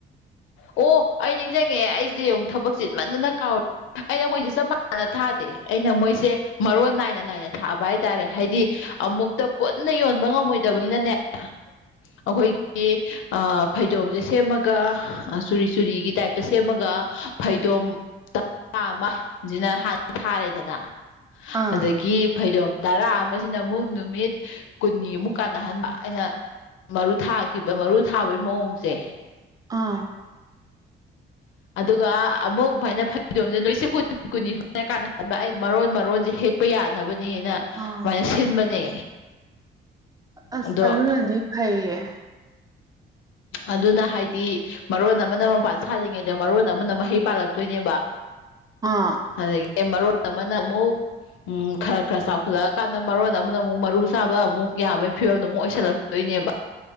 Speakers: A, on the left; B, on the right.
A: ꯑꯣ ꯑꯩ ꯅꯤꯡꯖꯪꯉꯛꯑꯦ ꯑꯩꯖꯦ ꯑꯃꯨꯛ ꯊꯕꯛ ꯆꯤꯟ ꯃꯟꯗꯅ ꯀꯥꯎꯔꯤ ꯑꯩꯅ ꯃꯣꯏꯖꯦ ꯆꯞ ꯃꯥꯟꯅꯅ ꯊꯥꯗꯦ ꯑꯩꯅ ꯃꯣꯏꯁꯦ ꯃꯔꯣꯟ ꯅꯥꯏꯅ ꯅꯥꯏꯅ ꯊꯥꯕ ꯍꯥꯏꯇꯥꯔꯦ ꯍꯥꯏꯗꯤ ꯑꯃꯨꯛꯇ ꯄꯨꯟꯅ ꯌꯣꯟꯕ ꯉꯝꯃꯣꯏꯗꯕꯅꯤꯅꯅꯦ ꯑꯩꯈꯣꯏꯒꯤ ꯑ ꯐꯩꯗꯣꯝꯖꯦ ꯁꯦꯝꯃꯒ ꯆꯨꯔꯤ ꯆꯨꯔꯤꯒꯤ ꯇꯥꯏꯞꯇ ꯁꯦꯝꯃꯒ ꯐꯩꯗꯣꯝ ꯇꯔꯥ ꯑꯃ ꯖꯤꯗ ꯍꯥꯟꯅ ꯊꯥꯔꯦꯗꯅ
B: ꯑꯥ
A: ꯑꯗꯒꯤ ꯐꯩꯖꯣꯝ ꯇꯔꯥ ꯑꯃꯖꯤꯅ ꯑꯃꯨꯛ ꯅꯨꯃꯤꯠ ꯀꯨꯟꯅꯤꯃꯨꯛ ꯀꯥꯟꯅꯍꯟꯕ ꯑꯩꯅ ꯃꯔꯨ ꯊꯥꯈꯤꯕ ꯃꯔꯨ ꯊꯥꯕꯒꯤ ꯃꯑꯣꯡꯁꯦ
B: ꯑꯥ
A: ꯑꯗꯨꯒ ꯑꯃꯨꯛ ꯁꯨꯃꯥꯏꯅ ꯐꯩꯗꯣꯝꯁꯦ ꯅꯣꯏꯁꯦ ꯀꯨ ꯀꯨꯟꯅꯤ ꯁꯨꯃꯥꯏꯅ ꯀꯥꯟꯅꯍꯟꯕ ꯑꯩ ꯃꯔꯣꯟ ꯃꯔꯣꯟꯁꯦ ꯍꯦꯛꯄ ꯌꯥꯅꯕꯅꯦꯅ ꯑꯗꯨꯨꯃꯥꯏꯅ
B: ꯑꯥ
A: ꯁꯤꯟꯕꯅꯦ
B: ꯑꯁ
A: ꯑꯗꯣ
B: ꯑꯗꯨꯅꯗꯤ ꯐꯩꯌꯦ
A: ꯑꯗꯨꯅ ꯍꯥꯏꯗꯤ ꯃꯔꯣꯟ ꯑꯃꯅ ꯃꯄꯥꯟ ꯁꯥꯠꯂꯤꯉꯩꯗ ꯃꯔꯣꯟ ꯑꯃꯅ ꯃꯍꯩ ꯄꯥꯜꯂꯛꯇꯣꯏꯅꯦꯕ
B: ꯑꯥ
A: ꯑꯗꯒꯤ ꯃꯔꯣꯟ ꯑꯃꯅ ꯑꯃꯨꯛ ꯎꯝ ꯈꯔ ꯈꯔ ꯆꯥꯎꯈꯠꯂꯛꯑꯀꯥꯟꯗ ꯃꯔꯣꯟ ꯑꯃꯅ ꯑꯃꯨꯛ ꯃꯔꯨ ꯆꯥꯕ ꯑꯃꯨꯛ ꯌꯥꯕꯒꯤ ꯐꯤꯕꯝꯗꯣ ꯑꯃꯨꯛ ꯑꯣꯏꯁꯜꯂꯛꯇꯣꯏꯅꯦꯕ